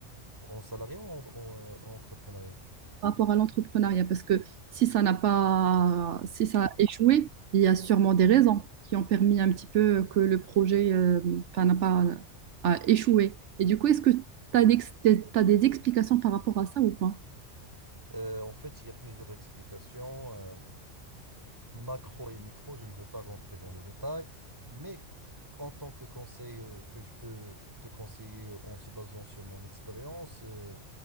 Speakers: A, on the right; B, on the right.
A: En salariat ou en, en, euh, en entrepreneuriat?
B: par rapport à l'entrepreneuriat? Parce que si ça n'a pas, si ça a échoué, il y a sûrement des raisons qui ont permis un petit peu que le projet, euh, enfin, n'a pas a échoué. Et du coup, est-ce que tu as des, t'as des explications par rapport à ça ou pas?
A: Euh, en fait, il y a plusieurs explications. Euh, macro et micro, je ne veux pas rentrer dans les détails, mais en tant que conseil euh, que je peux te conseiller en se basant sur mon expérience, euh,